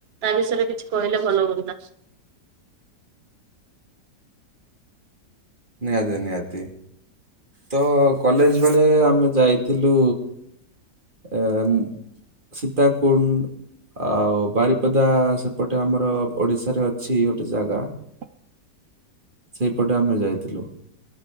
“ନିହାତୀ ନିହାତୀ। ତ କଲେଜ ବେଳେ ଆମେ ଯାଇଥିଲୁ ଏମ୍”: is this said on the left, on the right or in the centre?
Right